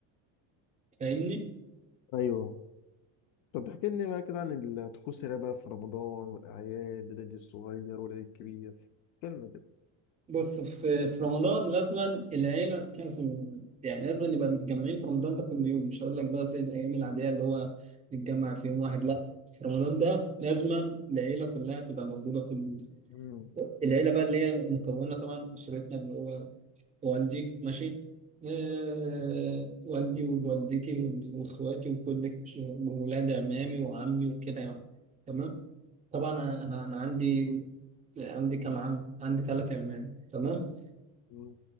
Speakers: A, on the right; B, on the left.
A: فاهمني؟
B: أيوه طب احكي لي بقى كده عن الطقوس اللي بقى في رمضان والأعياد العيد الصغير والعيد الكبير احكي لنا كده
A: بص في في رمضان لازما العيلة تعزم يعني لازما نبقى متجمعين في رمضان ده كل يوم مش هقول لك بقى زي الأيام العادية اللي هو نتجمع في يوم واحد لا رمضان ده لازما العيلة كلها تبقى موجودة كل يوم
B: <laughs> م-
A: العيلة بقى اللي هي مكونة طبعا أسرتنا اللي هو والدي ماشي آه والدي ووالدتي وإخواتي وكل وولاد عمامي وعمي وكده يعني تمام طبعا أنا أنا أنا عندي
B: م-
A: عندي كام عم عندي ثلاثة عمام تمام
B: م-